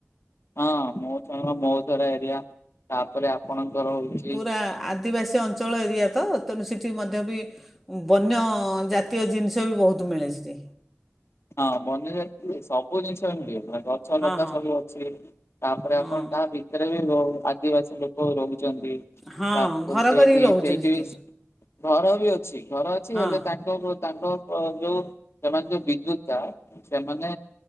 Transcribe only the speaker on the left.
ହଁ ମହୁ ସଂଗ୍ରହ ମହୁ ଧରା ଏରିଆ ତାପରେ ଆପଣଙ୍କର ହଉଛି।
ହଁ ବନ୍ୟ ଜାତିଅ ସବୁ ଜିନିଷ ମିଳିବ। ଗଛଲତା
ସବୁ ଅଛି ତାପରେ
ଆପଣ ତା ଭିତରେ ବି ବହୁ ଆଦିବାସୀ ଲୋକ। ଲୋକ ରହୁଛନ୍ତି
ତାପ
ସେଇଠି
ସେଇଠି
ବି। ଘର ବି ଅଛି ଘର ଅଛି
ହେଲେ ତାଙ୍କ ତାଙ୍କ ଯୋଉ ସେମାନେ ଯୋଉ ବିଦ୍ୟୁତ। ତା। ସେମାନେ